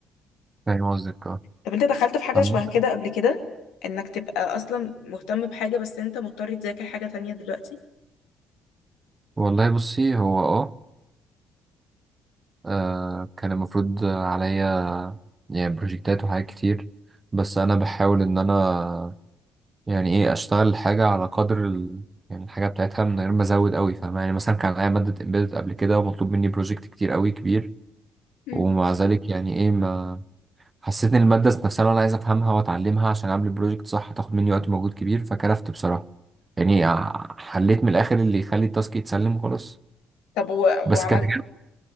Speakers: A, on the right; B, on the left.
A: فاهم قصدك اه
B: طب انت دخلت في حاجة
A: عم-
B: شبه كده قبل كده انك تبقى اصلا مهتم بحاجة بس انت مضطر تذاكر حاجة تانية دلوقتي
A: والله بصي هو اه آه، كان المفروض عليا يعني بروجكتات وحاجات كتير بس انا بحاول ان انا يعني ايه اشتغل حاجه على قدر ال... يعني الحاجه بتاعتها من غير ما ازود قوي فاهم يعني مثلا كان عليا ماده امبيدد قبل كده ومطلوب مني بروجكت كتير قوي كبير
B: مم.
A: ومع ذلك يعني ايه ما حسيت ان الماده ذات نفسها انا عايز افهمها واتعلمها عشان اعمل بروجكت صح هتاخد مني وقت ومجهود كبير فكرفت بصراحه يعني ع- حليت من الاخر اللي يخلي التاسك يتسلم خلاص
B: طب و...
A: بس
B: وعملت
A: كان